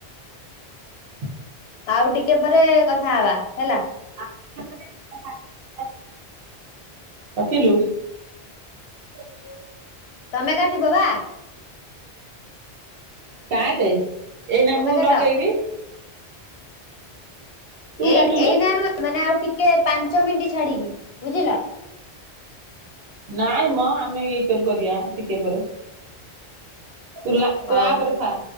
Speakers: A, on the right; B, on the left.
A: <inaudible>
B: ଆଉ ଟିକେ ପରେ କଥା ହବା ହେଲା।
A: <unintelligible> କାଟିଲୁ। ସେଇଯୋଉ
B: ତମେ କାଟିବ ବା।
A: କାଟେ ଏଇନା
B: ତମେ
A: ମୁଁ
B: କାଟ
A: ଲଗେଇବି। ତୁ
B: ଏଇନ
A: କାଟୁନୁ।
B: ଏଇନା ନୁହେଁ ମାନେ ଆଉ ଟିକେ ପାଞ୍ଚ ମିନିଟ ଛାଡିକି ବୁଝିଲ।
A: ନାଇଁ ମ ଆମେ ଇଏ କରୁ କରିବା ଟିକେ ପରେ। ତୁ ଲା ତୁ
B: ହଉ।
A: ଆପରେ ଥା।